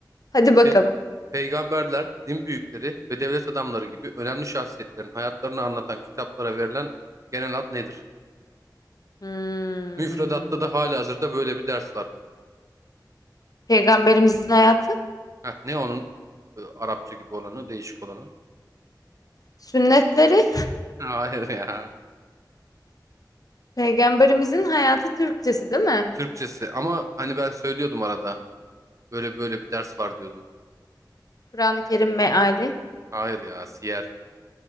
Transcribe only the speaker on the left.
Hadi bakalım.
Hmm.
Peygamberimizin hayatı,
sünnetleri,
peygamberimizin hayatı Türkçesi değil mi?
Kur'an-ı Kerim meali.